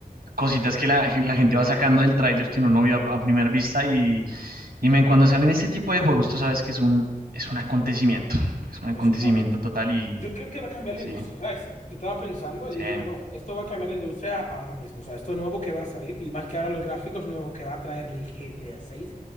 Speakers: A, on the right; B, on the left.
A: cositas que la, la gente va sacando del tráiler que uno no vio a, a primera vista. Y, y men, cuando salen este tipo de juegos, tú sabes que es un, es un acontecimiento. Es un acontecimiento
B: Pues, no,
A: total y
B: Yo creo que va a cambiar
A: sí,
B: la industria, ¿sabes? Yo estaba pensando
A: sí,
B: y dije yo, no, esto va a cambiar la industria ahora mismo, o sea, esto nuevo que va a salir y más que ahora los gráficos nuevos que va a traer el GTA 6.